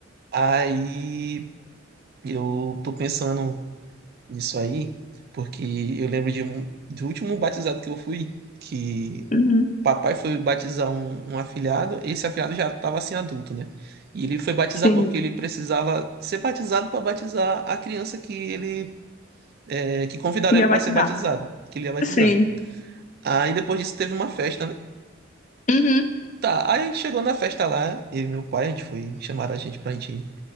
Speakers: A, on the right; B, on the left.
A: Aí eu tô pensando nisso aí, porque eu lembro de um, do último batizado que eu fui, que
B: Uhum,
A: papai foi batizar um, um afilhado, esse afilhado já tava assim adulto, né? E ele foi batizar
B: sim.
A: porque ele precisava ser batizado para batizar a criança que ele é, que convidaram
B: Ia
A: ele para
B: batizar.
A: ser batizado, que ele ia batizar.
B: Sim.
A: Aí depois disso teve uma festa, né?
B: Uhum,
A: Tá, aí a gente chegou na festa lá, eu e meu pai, a gente foi, chamaram a gente pra gente